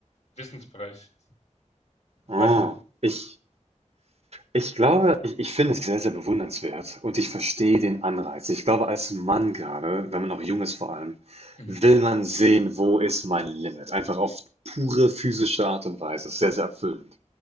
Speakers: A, on the left; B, on the right.
A: Wissensbereich.
B: Oh,
A: Weiß nicht.
B: ich Ich glaube, ich ich finde es sehr, sehr bewundernswert und ich verstehe den Anreiz. Ich glaube, als Mann gerade, wenn man noch jung ist vor allem,
A: Mhm.
B: will man sehen, wo ist mein Limit? Einfach auf pure physische Art und Weise. Es Ist sehr, sehr erfüllend,